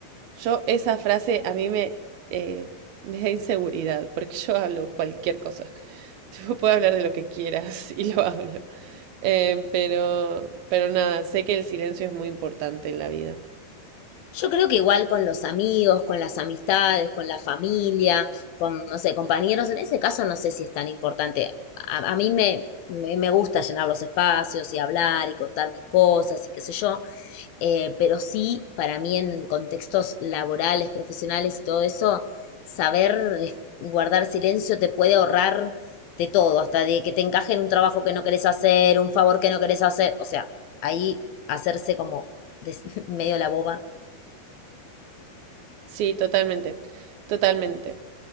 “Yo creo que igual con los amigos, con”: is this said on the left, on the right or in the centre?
Left